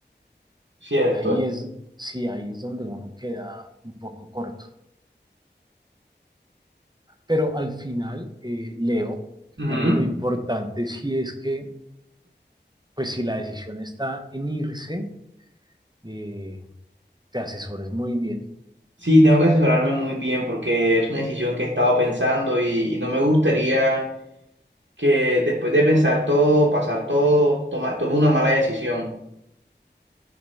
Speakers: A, on the right; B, on the right.
A: Cierto.
B: Y ahí es, sí, ahí es donde uno queda un poco corto Pero al final, eh, Leo,
A: Ujú.
B: digamos, lo importante sí es que, pues si la decisión está en irse, eh, te asesores muy bien.
A: Sí, tengo que asesorarme muy bien porque es una decisión que he estado pensando y, y no me gustaría que después de pensar todo, pasar todo, toma- tome una mala decisión.